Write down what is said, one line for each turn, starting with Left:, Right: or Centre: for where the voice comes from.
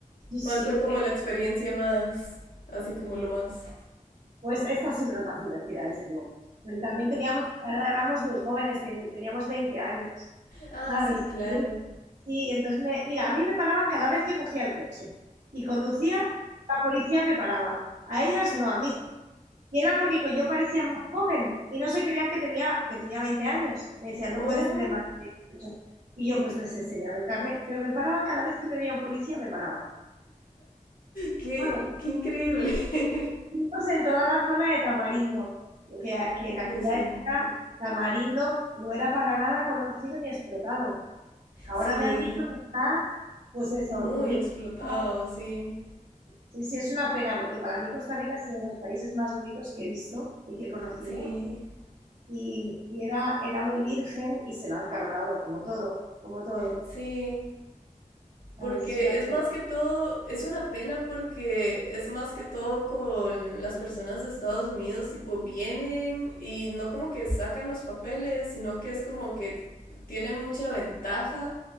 Right: Sí, sí,
Left: ¿Cuál fue como
Right: eh,
Left: la experiencia más, así como lo más?
Right: pues esta ha sido la más divertida, desde luego. Porque también teníamos, ahora éramos muy jóvenes, ten- teníamos 20 años,
Left: Ah,
Right: ¿sabes?
Left: sí, claro.
Right: Y- Sí, entonces, me, mira, a mí me paraban cada vez que cogía el coche y conducía, la policía me paraba. A ellas no, a mí sí. Y era porque yo parecía más joven y no se creían que tenía, que tenía 20 años. Me decían, no
Left: Oh,
Right: puedes tener más de 18. Y yo pues les enseñaba el carnet, pero me paraban cada vez que me veía un policía, me paraba.
Left: qué,
Right: Ah, Bueno,
Left: qué increíble. <laughs>
Right: entonces en toda la zona de Tamarindo, que, que
Left: Uh,
Right: en aquella
Left: sí,
Right: época Tamarindo no era para nada conocido ni explotado. Ahora
Left: sí,
Right: me han dicho que está, pues eso,
Left: muy
Right: turístico.
Left: explotado, sí,
Right: Sí, sí, es una pena, porque para mí Costa Rica ha sido uno de los países más bonitos que he visto y que he conocido
Left: sí,
Right: y, y era, era muy virgen y se lo han cargado, como todo, como todo.
Left: sí,
Right: ¿sabes?
Left: porque
Right: Es una
Left: es más que todo, es una pena porque es más que todo con las personas de Estados Unidos, tipo, vienen y no como que sacan los papeles, sino que es como que tienen mucha ventaja,